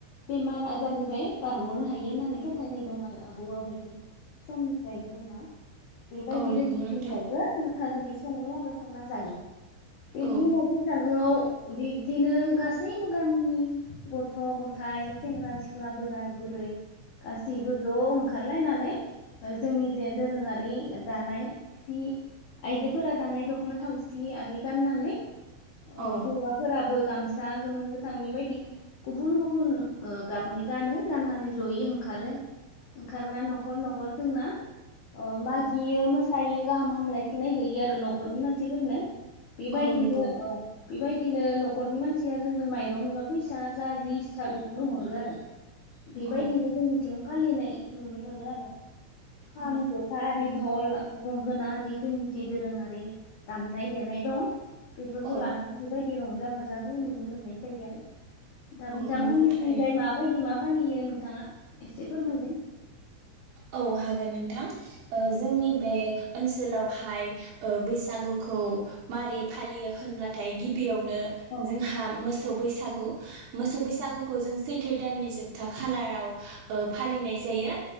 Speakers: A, on the left; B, on the right.
A: बेमार आजारनिफ्राय बारग'नो हायो होननानै फोथायनाय दं आरो आबौ आबौनि समनिफ्रायनो जोंना। बेबायदि
B: औ नंगौ
A: जों
B: नोंथां
A: जायबा गो खा गोखि सङो आरो संना जायो। बेनि
B: औ
A: उनाव बैसागोआव बिब्दिनो गासैबो गामिनि गथ' ग'थाय सेंग्रा सिख्ला बोराय बुरै गासैबो ज' ओंखारलायनानै ओ जोंनि जे दोरोङारि दानाय सि आइजोफोरा दानाय दख'ना थावसि आरि गाननानै अ
B: औ
A: हौवाफोराबो गामसा गोमो गोथां बेबायदि गुबुन गुबुन ओ गाबनि गानो गाननानै जयो ओंखारो ओंखारना न'खर न'खर जोंना ओ मागियो मोस सायो गाहाम हामलायथिनाय होयो आरो न'खरनि मानसिफोरनो। बेबायदिनो
B: औ नंगौ
A: औ बेबायदिनो न'खरनि मानसिया जोंनो माइरं एबा फैसा जा जि गसा बेखौनो हरो आरो। बेबायदिनो
B: औ
A: जोंनिथिं फालिनाय नुनो मोनो आरो। खाम
B: औ
A: जथा रि धल गंगोना आरि जोंनि जि दोरोङारि दामनाय देनाय दं बेफोरखौ
B: औ
A: लानानै बेबायदि रंजा रंजा बाजाखौ नुनो मोननाय जायो आरो। दा
B: औ
A: बिथांमोननिथिंजाय
B: नंगौ थारैनो
A: माबायदि माब फालियो नोंथाङा एसे फोरमायदो।
B: औ हागोन नों थां ओ
A: औ
B: जोंनि बे ओनसोलावहाय ओ बैसागुखौ मारि फालियो होनब्लाथाय गिबियाव नो
A: औ
B: जोंहा मोस बैसागु मोसौ
A: औ
B: बैसागुखौ जों सैथो दाननि जोबथा खालाराव ओ फालिनाय
A: औ
B: जायो।